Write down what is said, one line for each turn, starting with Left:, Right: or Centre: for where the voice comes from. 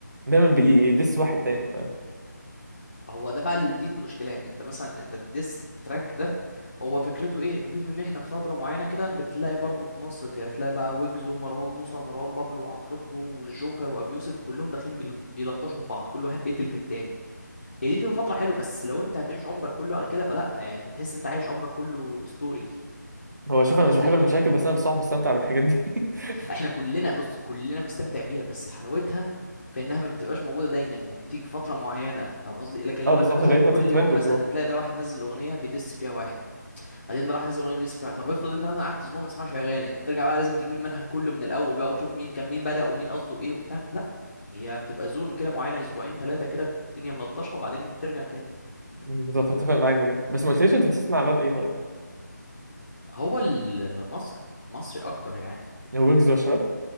Right: دايما بيدس واحد تاني
Left: هو ده بقى ال- دي المشكله يعني انت مثلا انت الديس تراك ده هو فكرته ايه فكرته ان احنا في فتره معينه كده بتلاقي برضه في مصر كده تلاقي بقى ويجز ومروان موسى ومروان بابلو وعفروتو والجوكر وابي يوسف كلهم داخلين بيل- بيلطشوا في بعض كل واحد بيقتل في التاني هي دي بتبقى فتره حلوه بس لو انت هتعيش عمرك كله على كده فلا يعني انت تحس انت عايش عمرك كله ستوري
Right: فهو شوف
Left: فاهم
Right: انا
Left: قصدي
Right: مش بحب المشاكل
Left: انت
Right: بس انا بصراحه بستمتع بالحاجات دي <laughs>
Left: احنا كلنا بص كلنا بنستمتع بيها بس حلاوتها في انها ما بتبقاش موجوده دايما يعني بتيجي في فتره معينه فاهم قصدي لكن لو
Right: اه بالظبط
Left: انت مثلا
Right: اللي هي فترة
Left: كل يوم
Right: ترند وخلاص
Left: مثلا هتلاقي ده واحد نزل اغنيه بيدس فيها واحد بعدين راح نزل اغنيه بيدس فيها واحد. طب افرض انت مثلا قعدت اسبوع ما تسمعش اغاني هترجع بقى لازم تجيب المنهج كله من الاول بقى وتشوف مين كان مين بدأ ومين قصده ايه وبتاع لا هي بتبقى زون كده معينه اسبوعين ثلاثه كده الدنيا ملطشه وبعدين بترجع تاني
Right: بالظبط اتفق معاك بجد بس ما قلتليش انت بتسمع راب ايه طيب؟
Left: هو المصري مصري اكتر يعني
Right: ويجز والشباب